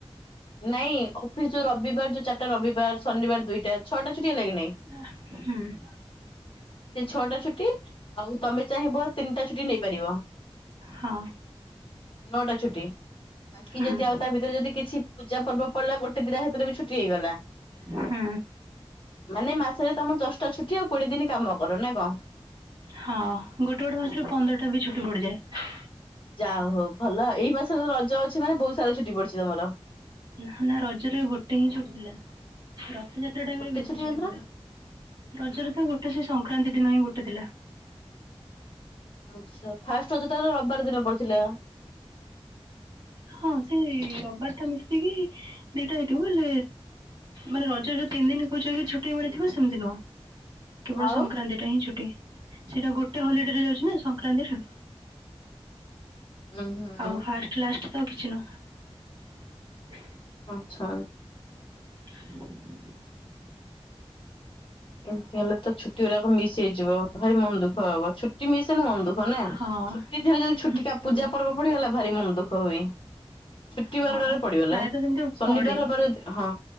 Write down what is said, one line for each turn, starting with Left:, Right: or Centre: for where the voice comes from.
Left: ନାଇଁ ଅଫିସ ଯୋଉ ରବିବାର ଯୋଉ ଚାରିଟା ରବିବାର ଶନିବାର ଦୁଇଟା ଛଅଟା ଛୁଟି ହେଲା କି
Right: ହୁଁ।
Left: ନାଇଁ ସେ ଛଅଟା ଛୁଟି ଆଉ ତମେ ଚାହିଁବ ତିନିଟା ଛୁଟି ନେଇପାରିବ।
Right: ହଁ।
Left: ନଅଟା ଛୁଟି ବାକି
Right: ହୁଁ
Left: ଯଦି ଆଉ ତା ଭିତରେ ଯଦି କିଛି ପୂଜା ପର୍ବ ପଡିଲା ଗୋଟେ ଟେ ଦିଟା ହେଥିରେ ବି ଛୁଟି ହେଇଗଲା।
Right: ହୁଁ
Left: ମାନେ ମାସରେ ତମର ଦଶଟା ଛୁ ଆଉ କୋଡିଏ ଦିନ କାମ କର ନା କଣ?
Right: ହଁ ଗୋଟେ ଗୋଟେ ମାସରେ ପନ୍ଦରଟା ବି ଛୁଟି ପଡିଯାଏ।
Left: ଯା ହଉ ଭଲ ଏଇ ମାସରେ ରଜ ଅଛି ମାନେ ବହୁତ ସାରା ଛୁଟି ପଡିଛି ତମର।
Right: ନା ନା ରଜରେ ଗୋଟେ ହିଁ ଛୁଟି ଥିଲା ରଥଯାତ୍ରା ଟାଇମରେ
Left: ଗୋଟେ
Right: ବେଶୀ ଛୁଟି
Left: ମାତ୍ର
Right: ପଡେ। ରଜରେ ତ ଗୋଟେ ସେ ସଂକ୍ରାନ୍ତି ଦିନ ହିଁ ଗୋଟେ ଥିଲା।
Left: ଆଛ ଫାଷ୍ଟ ଅ ତ ରବିବାର ଦିନ ପଡିଥିଲା।
Right: ହଁ ସେ ରବିବାର ଟା ମିଶିକି ଦିଟା ହେଇଥିବ ହେଲେ ମାନେ ରଜ ଯୋଉ ତିନି ଦିନ କହୁଚ କି ଛୁଟି ମିଳିଥିବ ସେମିତି ନୁହଁ। କେବଳ
Left: ଆଉ
Right: ସଂକ୍ରାନ୍ତି ଟା ହିଁ ଛୁଟି। ସେଇଟା ଗୋଟେ ହଲିଡେରେ ଯାଉଛି ନା ସଂକ୍ରାନ୍ତିର
Left: ଉୁଁ ହୁଁ
Right: ଆଉ ଫାଷ୍ଟ ଲାଷ୍ଟ ତ କିଛି ନୁହ।
Left: ଆଛା।
Right: <inaudible>
Left: ଏମିତି ହେଲେ ତ ଛୁଟି ଗୁରାକ ମିଶ ହେଇଯିବ। ଭାରି ମନ ଦୁଃଖ ହବ। ଛୁଟି ମିଶ ହେଲେ ମନ ଦୁଃ ଖ ନା
Right: ହଁ।
Left: ଛୁଟି ଥିରେ ଯଦି ଛୁଟି
Right: ହଁ
Left: କା ପୂଜା ପର୍ବ ପଡିଗଲା ଭାରି ମନ ଦୁଃଖ ହୁଏ। ଛୁଟି
Right: ହଁ
Left: ବାରଟାରେ ପଡିଗଲା
Right: ପ୍ରାୟତଃ ସେମିତି
Left: ଶନିବାର
Right: ପଡ଼େ।
Left: ରବିବାର ଯଦି ହଁ।